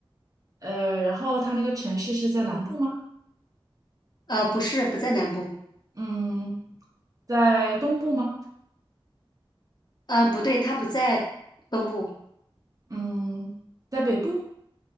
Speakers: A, on the right; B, on the left.
A: 呃，然后它那个城市是在南部吗？
B: 呃，不是，不在南部，
A: 嗯，在东部吗？
B: 呃，不对，它不在东部。
A: 嗯，在北部。